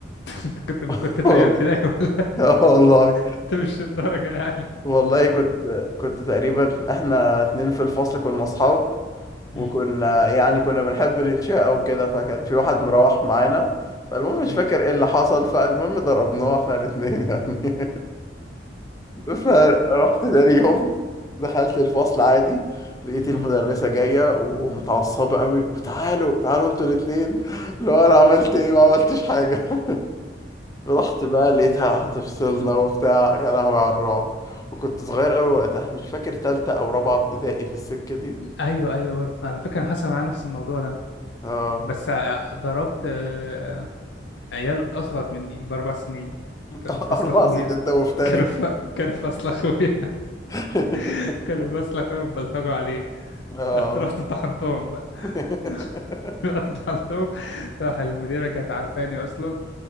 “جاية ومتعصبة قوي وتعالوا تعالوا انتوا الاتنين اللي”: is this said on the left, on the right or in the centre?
Left